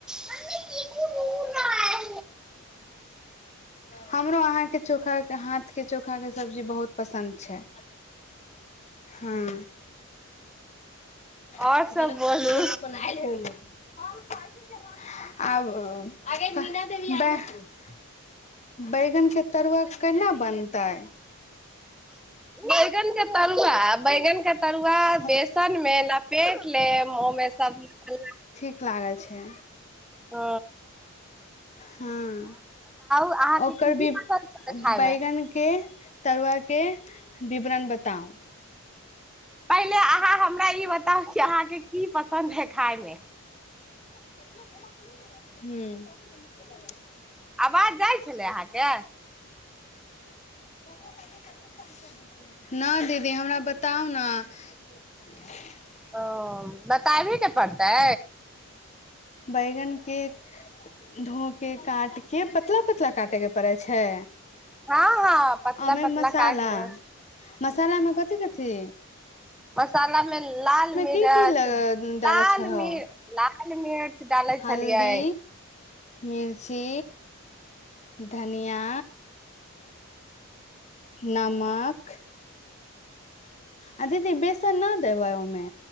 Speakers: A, in the centre; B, on the left.
A: मम्मी दीदू घूर रहा है <unintelligible>
B: हमरो अहाँके चोखा हाथ के चोखा के सब्जी बहुत पसन्द छै हँ <inaudible>
A: आओर सब बोलू
B: आब दे <unintelligible> बैंगन के तरुआ केना बनतै
A: बैंगन के तरुआ बैंगन के तरुआ
B: हम
A: बेसन मे लपेट लेब ओ में सब ह
B: लागल छै
A: ओ
B: हँ
A: अहाँके
B: ओकर
A: की की
B: भी
A: पसन्द छलै
B: बैंगन
A: खाय मे
B: के तरुआ के विवरण बताउ
A: पहिले अहाँ हमरा ई बताउ कि अहाँके की पसन्द है खाय मे
B: ह्म्म <unintelligible>
A: आवाज जाइ छलै अहाँके
B: <inaudible> न दीदी हमरा बताउ ने <inaudible>
A: ओ बताबे के पड़तै
B: बैंगन के धो के काट के पतला पतला काटे के पड़ै छै
A: हँ हँ पतला
B: ओमे
A: पतला
B: मसाला
A: काट ले
B: मसाला में कथी कथी
A: मसालामे लाल मिरच
B: की की ल डालै
A: लाल
B: छहो
A: मिर्च लाल मिर्च डालै
B: हल्दी
A: छलियै
B: मिर्ची धनिया नमक आ दीदी बेसन न देबै ओमे